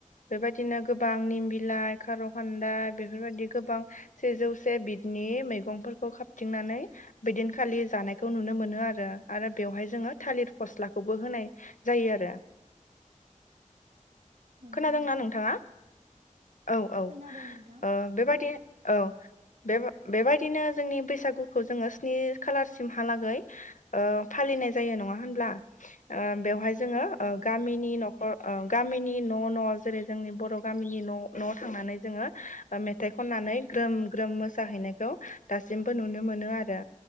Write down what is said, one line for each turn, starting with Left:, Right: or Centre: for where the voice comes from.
Left: बेबायदिनो गोबां निम बिलाइ, खार' खान्दा बेफोरबायदि गोबां सेजौसे बिदनि मैगंफोरखौ खाबथिंनानै बिदिनखालि जानायखौ नुनो मोनो आरो आरो बेवहाय जोङो थालिर फस्लाखौबो होनाय जायो आरो
Right: नंगौ
Left: खोनादों
Right: नोंथां
Left: ना नोंथाङा? औ-औ-ओ
Right: खोनादों नोंथां
Left: बेबादि औ। बे बेबायदिनो जोंनि बैसागुखौ जोङो स्नि खालारसिमहालागै ओ फालिनाय जायो नङा होनब्ला ओ? बेवहाय जोङो
Right: नंगौ नोंथां
Left: ओ गामिनि न'खर ओं। गामिनि न' न' जेरै जोंनि बर' गामिनि न' न'आव थांनानै जोङो मेथाइ खननानै ग्रोम ग्रोम मोसाहैनायखौ दासिमबो नुनो मोनोआरो।